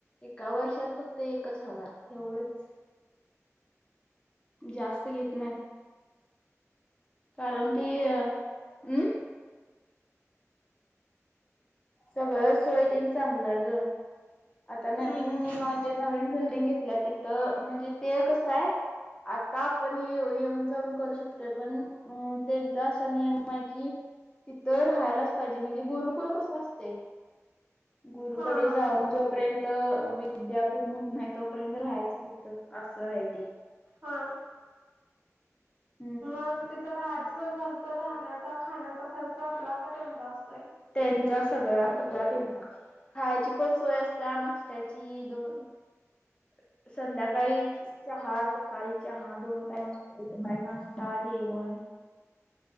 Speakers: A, on the left; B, on the right.
A: एका वर्षात फक्त एकच हजार. एवढंच! जास्त घेत नाहीत. कारण ती अ, म्. सगळं सोय तेन चांगलं आहे ग, आता नवीन
B: हम्म हम्म
A: अं म्हणजे नवीन बिल्डिंग घेतल्या तिथं, म्हणजे ते कसं आय आता आपण ये येऊन जाऊन करू शकतोय, पण अ त्यांचा असा नियम आहे किऽऽ तिथंऽ राहायलाच पाहिजे, म्हणजे गुरुकुल कस असऽऽ गुरुकडे
B: हा हा
A: जाऊन
B: हा
A: जोपर्यंतऽ त विद्या पूर्ण होत नाही, तोपर्यंत राहायचं तिथंच, असं आहे तेऽ
B: हा
A: <unintelligible>
B: तिथं राहायचं जर झाल तर राहण्याचा खाण्याचा खर्च आपला का त्यांचा असतोय.
A: त्यांचा सगळा सगळा्या त्यांचा खायची पण सोय असत नाशत्याची दोन. <inaudible> संध्याकाळी चहा सकाळी चहा दोन टाईम असतयं सकाळी नाश्ता जेवण. <unintelligible>